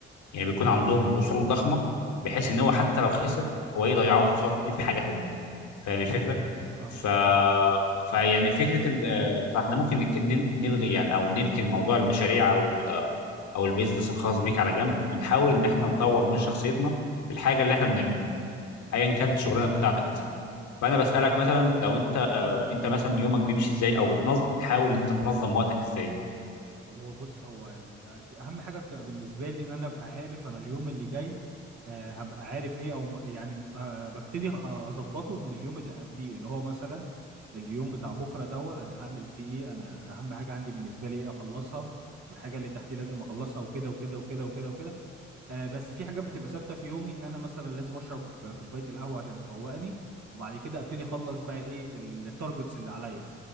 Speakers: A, on the left (about 65°); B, on the right (about 55°).
A: يعني
B: مم،
A: بيكون عندهم اصول ضخمه بحيث ان هو حتى لو خسر هو يقدر يعوض خسارته دي في حاجه تانيه فاهم الفكره
B: فاهمك
A: ف
B: اه
A: فيعني فكره ال... آه، فاحنا ممكن نك... نن- نلغي يعني او نركن موضوع المشاريع او ال... آه، او البيزنس الخاص بيك على جنب ونحاول ان احنا نطور من شخصيتنا في الحاجه اللي احنا بنعملها ايا كانت الشغلانه بتاعتك مثلا فانا بسالك مثلا لو انت آه انت مثلا يومك بيمشي ازاي او بتنظم بتحاول ان انت تنظم وقتك ازاي
B: هو بص هو ال... آه، دي اهم حاجه بتبقى بالنسبه لي ان انا ابقى عارف انا اليوم اللي جاي آه هبقى عارف ايه او م- يعني آه ببتدي أ- اظبطه من اليوم اللي قبليه اللي هو مثلا اليوم بتاع بكره دوا انا هعمل فيه ايه انا اهم حاجه عندي بالنسبه لي ايه اخلصها والحاجه اللي تحتي لازم اخلصها وكده وكده وكده وكده وكده آه بس في حاجات بتبقى ثابته في يومي ان انا مثلا لازم اشرب كوبايه القهوه عشان تفوقني وبعد كده ابتدي اخلص بقى ايه التارجتس اللي عليا